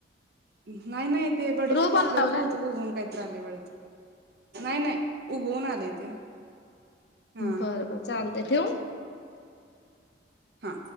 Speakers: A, on the right; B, on the left.
A: हम् नाही नाही ते बडीशिप
B: रोप
A: टाकल्यावरच
B: आणून लावलाय
A: बहुतेक उगवून काहीतरी आले वाडत. चल. नाही नाही उगवून आलेय ते. हा
B: बर बर. चालतेय ठिवू.
A: हा.